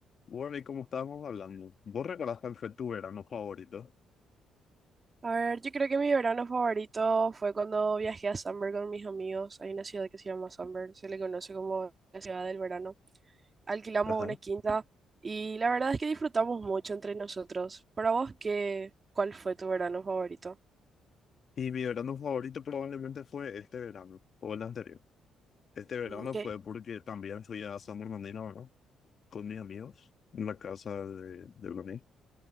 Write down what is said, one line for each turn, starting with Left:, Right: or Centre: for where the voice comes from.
Left: Bueno, y como estábamos hablando, vos recordás cuál fue tu verano favorito.
Right: A ver, yo creo que mi verano favorito fue cuando viajé a Summer con mis amigos. Hay una ciudad que se llama Summer, se le conoce como la ciudad del verano. Alquilamos
Left: Ajá.
Right: una quinta y la verdad es que disfrutamos mucho entre nosotros. Para vos, qué, ¿cuál fue tu verano favorito?
Left: Y mi verano favorito probablemente fue este verano, o el anterior. Este verano
Right: Mm, ¿Qué?
Left: fue porque también fui a San Bernardino, ¿no? Con mis amigos, en la casa de, de Brunei.